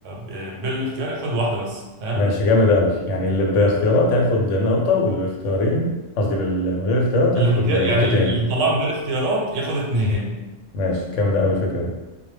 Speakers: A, on the right; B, on the left.
A: ب... بالاختيار ياخد واحده بس تمام
B: ماشي جامد أوي يعني اللي باختيارات هياخد نقطة واللي باختيارين قصدي بال- من غير اختيارات
A: اللي
B: هياخد
A: من غير
B: نقطتين
A: يعني اللي اللي طلعه من غير اختيارات ياخد اتنين
B: ماشي جامد أوي الفكرة دي